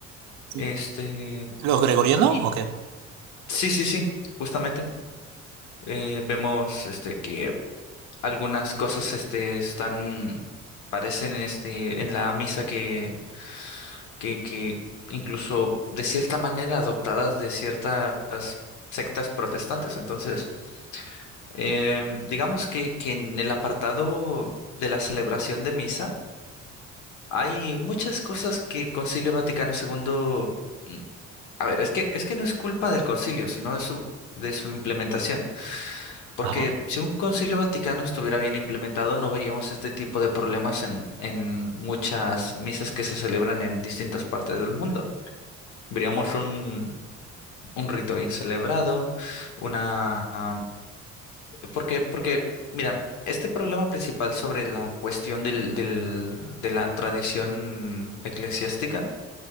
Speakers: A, on the right (about 70°); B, on the left (about 80°).
A: Sí.
B: Este,
A: ¿Los gregorianos
B: sí,
A: o qué?
B: sí, sí, sí, justamente. Eh, vemos este que algunas cosas este están parecen este en la misa que que que incluso de cierta manera adoptadas de ciertas sectas protestantes. Entonces, em, digamos que que en el apartado de la celebración de misa hay muchas cosas que Concilio Vaticano segundo mm, a ver, es que es que no es culpa del concilio, sino de su de su implementación. Porque
A: Ajá.
B: si un Concilio Vaticano estuviera bien implementado, no veríamos este tipo de problemas en, en muchas misas que se celebran en distintas partes del mundo. Veríamos un, un rito bien celebrado, una... am, porque, porque, mira, este problema principal sobre la cuestión del, del- de la tradición eclesiástica